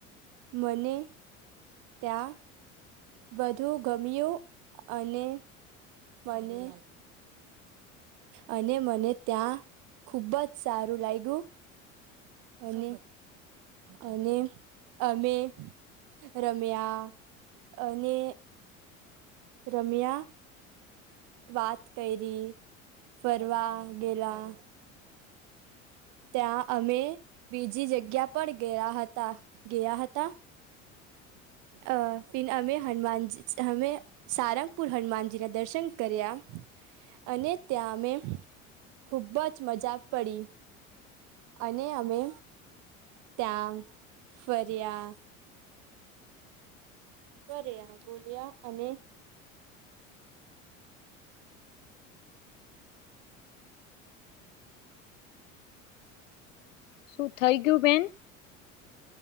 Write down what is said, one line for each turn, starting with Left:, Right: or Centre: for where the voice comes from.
Right: મને ત્યાં બધું ગમ્યું, અને મને અને મને ત્યાં ખુબ જ સારું લાગ્યું. અને અને અમે રમ્યા, અને રમ્યા વાત કરી ફરવા ગેલા. ત્યાં અમે બીજી જગ્યા પર ગયા હતા ગયા હતા. અ પી અમે હનુમાનજી અમે સારંગપુર હનુમાનજી ના દર્શન કર્યા. અને ત્યાં અમે ખુબજ મજા પડી. અને અમે ત ફરિયા કર્યા બોલ્યા અને
Left: શું થઇ ગયું બેન?